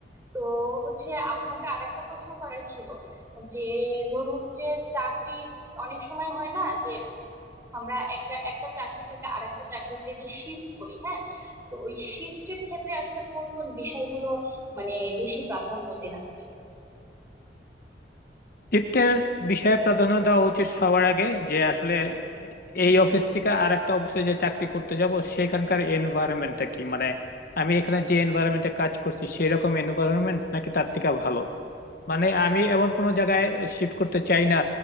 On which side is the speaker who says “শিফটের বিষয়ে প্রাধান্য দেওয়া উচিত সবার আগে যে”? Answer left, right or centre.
Left